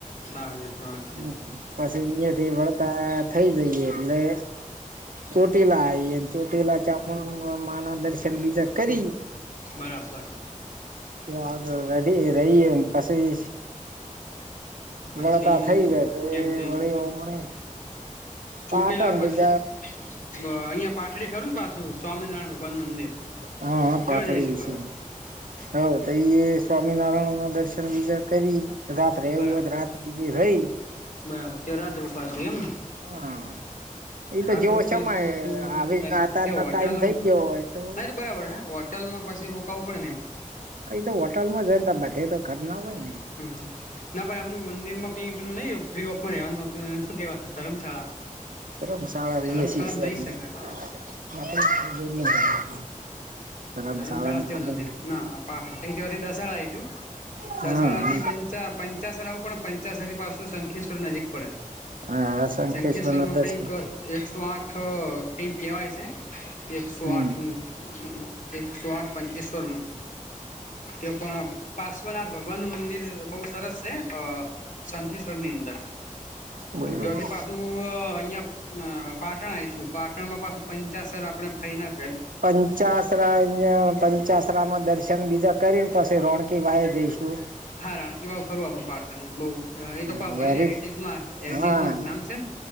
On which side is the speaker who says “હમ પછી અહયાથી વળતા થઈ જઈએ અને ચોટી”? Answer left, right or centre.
Right